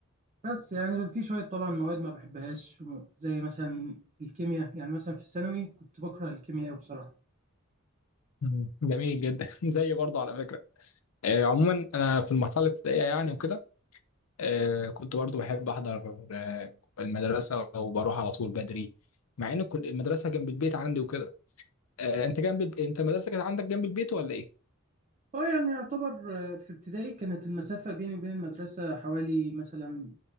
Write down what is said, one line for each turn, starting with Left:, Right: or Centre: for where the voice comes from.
Right: بس يعني في شوية طبعا مواد ما بحبهاش زي مثلا الكيمياء يعني مثلا في الثانوي كنت بكره الكيمياء قوي بصراحة
Left: مم. جميل جدا <laughs> زي برضه على فكره آه، عموما انا في المرحله الابتدائيه يعني وكده آه، كنت برضه بحب احضر آه، المدرسه وبروح على طول بدري مع ان كل المدرسه جنب البيت عندي وكده آه، انت جنب الب... انت المدرسه كانت عندك جنب البيت ولا ايه؟
Right: اه يعني يعتبر آه، في ابتدائي كانت المسافة بيني وبين المدرسة حوالي مثلا